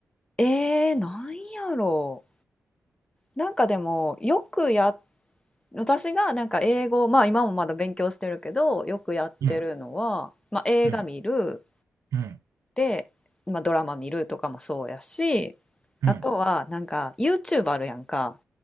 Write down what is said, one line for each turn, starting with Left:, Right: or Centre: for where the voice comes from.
Left: ええなんやろう。なんかでも、よくや、私がなんか英語、まあ今もまだ勉強してるけど、よくやってるのは、
Right: うん、
Left: まあ映画見る、
Right: うん、うん、
Left: で、まあドラマ見るとかもそうやし、
Right: うん、
Left: あとはなんか YouTube あるやんか。